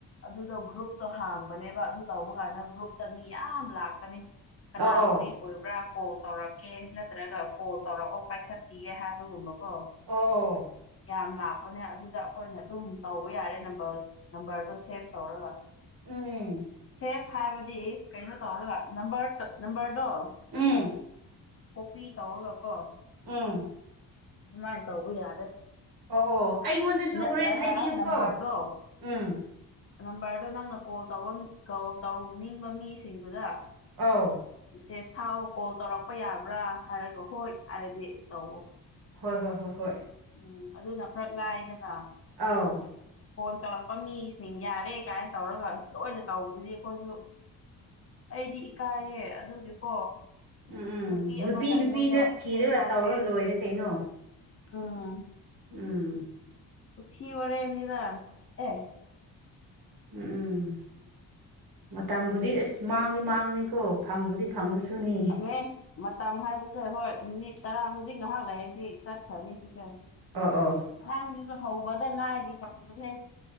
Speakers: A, on the left (about 30°); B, on the right (about 45°).
A: ꯑꯗꯨꯗꯣ ꯒ꯭ꯔꯨꯞꯇꯣ ꯍꯥꯡꯕꯅꯦꯕ ꯑꯗꯨ ꯇꯧꯕ ꯀꯥꯟꯗ ꯒ꯭ꯔꯨꯞꯇ ꯃꯤ ꯌꯥꯝ ꯂꯥꯛꯄꯅꯤ꯫ ꯀꯅꯥ
B: ꯑꯧ
A: ꯐ꯭ꯔꯤ ꯑꯣꯏꯕ꯭ꯔꯥ ꯀꯣꯜ ꯇꯧꯔꯛꯀꯦ ꯅꯠꯇ꯭ꯔꯒ ꯀꯣꯜ ꯇꯧꯔꯛꯑꯣ ꯄꯥꯏꯈꯠꯄꯤꯒꯦ ꯍꯥꯏꯕꯒꯨꯝꯕ ꯀꯣ
B: ꯑꯣ ꯑꯣ
A: ꯌꯥꯝ ꯂꯥꯛꯄꯅꯦ ꯑꯗꯨꯗ ꯑꯈꯣꯏꯅ ꯑꯗꯨꯝ ꯇꯧꯕ ꯌꯥꯔꯦ ꯅꯝꯕꯔ ꯅꯝꯕꯔꯗꯣ ꯁꯦꯐ ꯇꯧꯔꯒ
B: ꯎꯝ
A: ꯁꯦꯐ ꯍꯥꯏꯕꯗꯤ ꯀꯩꯅꯣ ꯇꯧꯔꯒ ꯅꯝꯕꯔ ꯅꯝꯕꯔꯗꯣ
B: ꯎꯝ ꯎꯝ
A: ꯀꯣꯄꯤ ꯇꯧꯔꯒꯀꯣ
B: ꯎꯝ
A: ꯗꯨꯃꯥꯏꯟ ꯇꯧꯕ ꯌꯥꯔꯦ꯫
B: ꯑꯣ ꯑꯣ ꯑꯩꯉꯣꯟꯗꯁꯨ
A: ꯅꯠꯇ꯭ꯔꯒ
B: ꯍꯨꯔꯦꯟ ꯍꯥꯏꯕꯤꯌꯨꯀꯣ
A: ꯅꯝꯕꯔꯗꯣ
B: ꯎꯝ
A: ꯅꯝꯕꯔꯗꯣ ꯅꯪꯅ ꯀꯣꯜ ꯇꯧꯝ ꯇꯧ ꯇꯧꯅꯤꯡꯕ ꯃꯤꯁꯤꯡꯗꯨꯗ꯫
B: ꯑꯧ
A: ꯃꯦꯁꯦꯁ ꯊꯥꯎ ꯀꯣꯜ ꯇꯧꯔꯛꯄ ꯌꯥꯕ꯭ꯔꯥ ꯍꯥꯏꯔꯒ ꯍꯣꯏ ꯍꯥꯏꯔꯗꯤ ꯇꯧꯑꯣ
B: ꯍꯣꯏ ꯍꯣꯏ ꯍꯣꯏ ꯍꯣꯏ
A: ꯎꯝ ꯑꯗꯨꯅ ꯈꯔ ꯂꯥꯏꯗꯅ꯫
B: ꯑꯥꯎ
A: ꯐꯣꯟ ꯇꯧꯔꯛꯄ ꯃꯤꯁꯤꯡ ꯌꯥꯔꯦ ꯀꯥꯏꯅ ꯇꯧꯔꯒ ꯂꯣꯏꯅ ꯇꯧꯕꯗꯨꯗꯤ ꯑꯩꯈꯣꯏꯁꯨ꯫ ꯑꯩꯗꯤ ꯏꯀꯥꯏꯌꯦ ꯑꯗꯨꯒꯤꯀꯣ
B: ꯎꯝ ꯎꯝ
A: ꯅꯨꯄꯤ ꯑꯃꯅ ꯑꯩꯉꯣꯟꯗ
B: ꯅꯨꯄꯤꯗ
A: ꯃꯦꯁꯦꯁ
B: ꯊꯤꯔꯒ
A: ꯊꯥꯔꯛꯑꯦ
B: ꯇꯧꯔ ꯂꯣꯏꯔꯦ ꯀꯩꯅꯣ
A: ꯎꯝ
B: ꯎꯝ
A: ꯎꯊꯤ ꯋꯥꯔꯦꯝꯅꯤꯗꯥ ꯑꯦ
B: ꯎꯎꯝ ꯃꯇꯝꯕꯨꯗꯤ ꯏꯁ ꯃꯥꯡꯗꯤ ꯃꯥꯡꯉꯅꯤꯀꯣ ꯐꯪꯕꯨꯗꯤ ꯐꯪꯉꯁꯨꯅꯤ
A: ꯐꯝ ꯑꯦ ꯃꯇꯝ ꯍꯥꯏꯕꯁꯦ ꯍꯣꯏ ꯃꯤꯅꯤꯠ ꯇꯔꯥ ꯍꯧꯖꯤꯛ ꯉꯍꯥꯛ ꯂꯩꯔꯗꯤ ꯇꯠꯈ꯭ꯔꯅꯤ ꯁꯤꯁꯦ
B: ꯑꯥ ꯑꯣ
A: ꯅꯪꯖꯤꯁꯨ ꯍꯧꯕꯗ ꯉꯥꯏꯔꯤ <unintelligible>